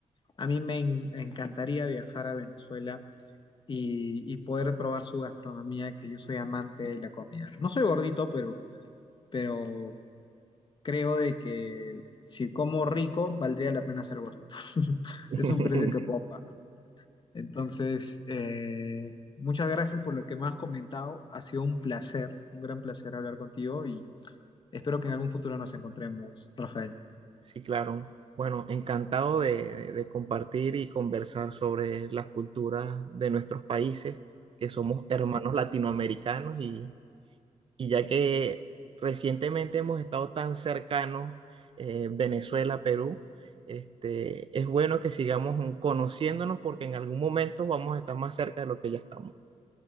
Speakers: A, on the left; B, on the right.
A: a mí me en- encantaría viajar a Venezuela y, y poder probar su gastronomía, que yo soy amante de la comida. No soy gordito, pero, pero creo de que si como rico, valdría la pena ser gordito. <laughs>
B: <laughs>
A: Es un precio que puedo pagar. Entonces, eh, muchas gracias por lo que me has comentado. Ha sido un placer, un gran placer hablar contigo y espero que en algún futuro nos encontremos, Rafael.
B: Sí, claro. Bueno, encantado de, de- de compartir y conversar sobre las culturas de nuestros países, que somos hermanos latinoamericanos y, y ya que recientemente hemos estado tan cercanos, eh, Venezuela, Perú, este, es bueno que sigamos conociéndonos porque en algún momento vamos a estar más cerca de lo que ya estamos.